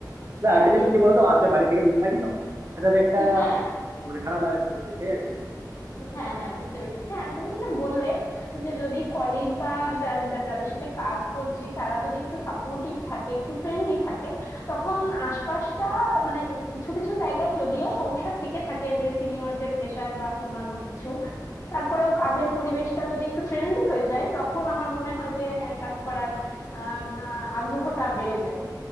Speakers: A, on the right; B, on the left.
A: না
B: হ্যাঁ
A: অ্যাটেন্ডেন্স
B: এ-
A: কি বলতো আসলে বাড়ি থেকে দূরে থাকি তো সেটার একটা
B: হ্যাঁ
A: মানে খারাপ লাগা থাকে ওইটাই আর কিছু না।
B: হ্যাঁ হ্যাঁ বুঝতে পেরেছি হ্যাঁ আর তুমি যেটা বললে যে যদি কলিগ বা যারা যা- যাদের সাথে কাজ করছি তারা যদি একটু সাপোর্টিভ থাকে একটু ফ্রেন্ডলি থাকে তখন আশপাশটা মানে কিছু কিছু জায়গায় যদিও সমস্যা থেকে থাকে যে সিনিয়রদের প্রেশার বা অন্যান্য কিছু তারপরেও কাজের পরিবেশটা যদি একটু ফ্রেন্ডলি হয়ে যায় তখন আমার মনে হয় যে হ্যাঁ কাজ করার আম, আহ, আগ্রহটা বেড়ে যায়